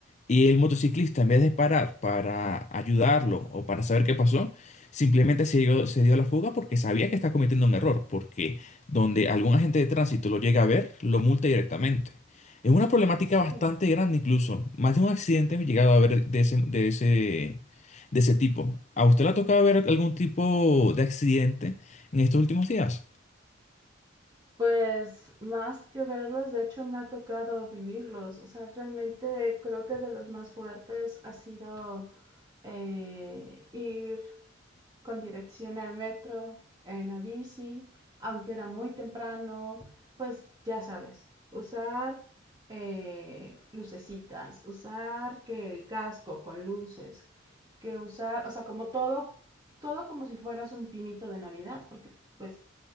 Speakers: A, on the left (about 35°); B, on the right (about 20°).
A: Y el motociclista, en vez de parar para ayudarlo o para saber qué pasó, simplemente se dio, se dio a la fuga porque sabía que estaba cometiendo un error, porque donde algún agente de tránsito lo llega a ver, lo multa directamente. Es una problemática
B: Sí.
A: bastante grande incluso. Más de un accidente me he llegado a ver de ese, de ese, de ese tipo. ¿A usted le ha tocado ver algún tipo de accidente en estos últimos días?
B: Pues más que verlos, de hecho me ha tocado vivirlos. O sea, realmente creo que de los más fuertes ha sido eh, ir con dirección al metro, en la bici, aunque era muy temprano, pues ya sabes, usar eh, lucecitas, usar que el casco con luces, que usar, o sea, como todo, todo como si fueras un pinito de Navidad, porque pues